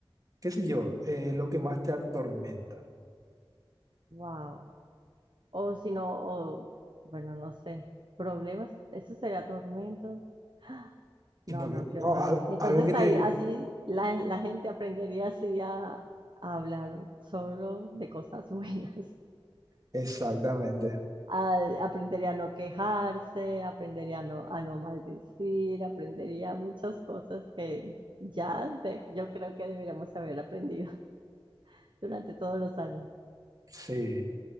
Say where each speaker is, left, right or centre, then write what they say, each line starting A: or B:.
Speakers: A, on the right; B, on the right.
A: qué sé yo, eh, lo que más te atormenta.
B: wow. O si no, o, bueno, no sé, problemas, eso será tormentos. <gasps>
A: Y
B: No,
A: porque,
B: no, qué horror.
A: no, al-
B: Entonces
A: algo que te...
B: ahí así la, la gente aprendería así a, a hablar solo de cosas <laughs> buenas.
A: Exactamente,
B: A- aprendería a no quejarse, aprendería a no, a no maldecir, aprendería muchas cosas que ya de- yo creo que deberíamos haber aprendido <laughs> durante todos los años.
A: sí.